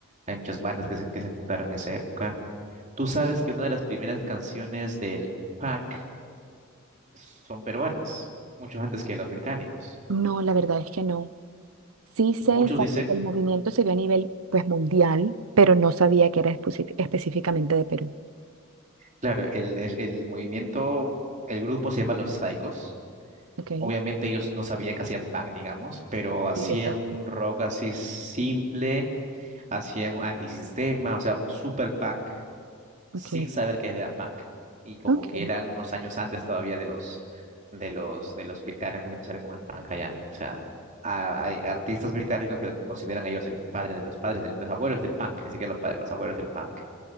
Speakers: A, on the right; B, on the right.
A: Hay muchas bandas que se, que se fundaron en esa época. Tú sabes que una de las primeras canciones del punk son peruanas, muchos antes que los británicos.
B: No, la verdad es que no. Sí sé
A: Muchos
B: exacto
A: dicen,
B: que el movimiento se dio a nivel pues mundial, pero no sabía que era espuci- específicamente de Perú.
A: claro, el, es- el movimiento, el grupo se llama Los Saicos.
B: Ok,
A: Obviamente ellos no sabían que hacían punk, digamos, pero hacían
B: Sí, exacto.
A: un rock así simple, hacían un antisistema, o sea, super punk. sin
B: ok,
A: saber que era punk, ¿no? Y como
B: ok,
A: que eran unos años antes todavía de los de los de los británicos que empezaron con el punk allá, ¿no? O sea, a- hay artistas británicos que los consideran a ellos el padre de los padres, de los abuelos del punk, ni siquiera los padres, los abuelos del punk,